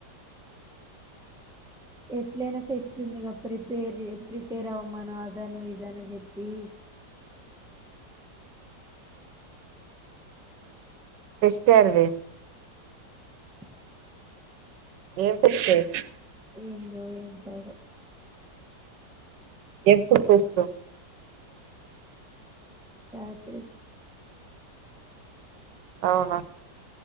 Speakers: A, in the centre; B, on the right.
A: ఎట్లైనా ఫెస్ట్ ఉందిగా ప్రిపేర్ ప్రిపేర్ అవ్వమాను అదను ఇదన చెప్పి
B: ఫెస్ట్ యాడ వే
A: అ
B: ఏం ఫెస్ట్
A: ఏందో ఏం పాడో
B: ఎప్పుడు ఫస్ట్
A: శాటర్డే
B: అవునా